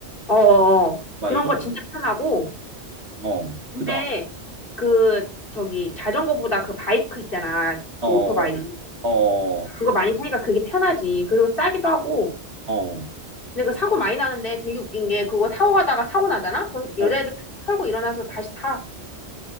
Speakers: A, on the left; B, on the right.
A: 어어어
B: 오토바이로?
A: 그런 거 진짜 편하고
B: 어.
A: 근데
B: 그 다음.
A: 그 저기 자전거보다 그 바이크 있잖아 그
B: 어.
A: 오토바이
B: 어. 어.
A: 그거 많이 타니까 그게 편하지 그리고 싸기도 하고
B: 어.
A: 근데 그 사고 많이 나는데 되게 웃긴 게 그거 타고 가다가 사고 나잖아? 그럼
B: 어.
A: 여자애들 툭 털고 일어나서 다시 타